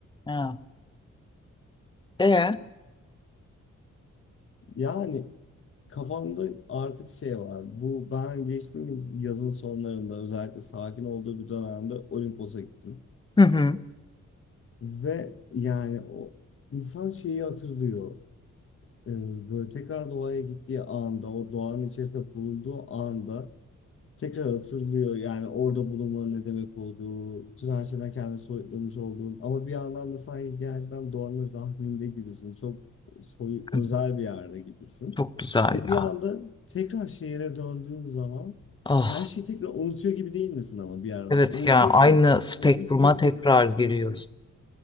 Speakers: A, on the left; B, on the left.
A: Ha. Ee?
B: Yani kafamda artık şey var. Bu ben geçtiğimiz yazın sonlarında özellikle sakin olduğu bir dönemde Olimpos'a gittim.
A: Hı hı.
B: Ve yani o insan şeyi hatırlıyor. Ee, böyle tekrar doğaya gittiği anda, o doğanın içerisinde bulunduğu anda tekrar hatırlıyor yani orada bulunmanın ne demek olduğu, bütün her şeyden kendini soyutlamış olduğun ama bir yandan da sanki gerçekten doğanın rahminde gibisin. Çok soy, özel
A: Hı,
B: bir yerde gibisin.
A: Çok güzel
B: Ve
A: ya.
B: bir anda tekrar şehire döndüğün zaman
A: Ah,
B: her şeyi tekrar unutuyor gibi değil misin ama bir yerden
A: evet
B: sonra? Unutuyorsun.
A: ya aynı spektruma
B: Nasıl hissettirdiğini
A: tekrar
B: unutuyorsun.
A: giriyoruz.